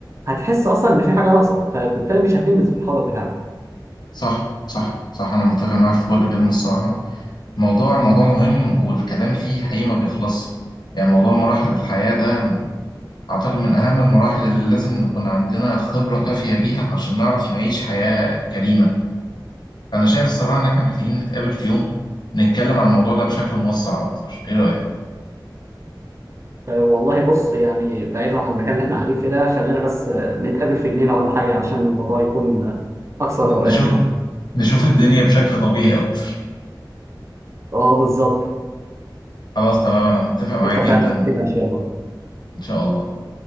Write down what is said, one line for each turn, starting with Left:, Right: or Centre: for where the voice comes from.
Right: هتحس اصلا ان في حاجه ناقصه فبالتالي مش هتنجز في الحاضر بتاعك
Left: صح صح صح انا متفق معاك في كل كلمه الصراحه موضوع الموضوع مهم والكلام فيه حقيقي ما بيخلصش يعني موضوع مراحل الحياه ده اعتقد من اهم المراحل اللي لازم نكون عندنا خبره كافيه بيها عشان نعرف نعيش حياه كريمه فانا شايف الصراحه ان احنا محتاجين نتقابل في يوم نتكلم عن الموضوع ده بشكل موسع اكتر ايه رايك
Right: آه، والله بص يعني بعيدا عن المكان اللي احنا قاعدين فيه ده خلينا بس آه، نتقابل في جنينه ولا حاجه عشان الموضوع يكون آه، اكثر
Left: ن-
Right: روقان
Left: نشوف
Right: يعني
Left: نشوف الدنيا بشكل طبيعي اكتر
Right: اه بالظبط
Left: خلاص تمام انا متفق معاك
Right: اتفقنا
Left: جدا
Right: على كده ان شاء الله
Left: ان شاء الله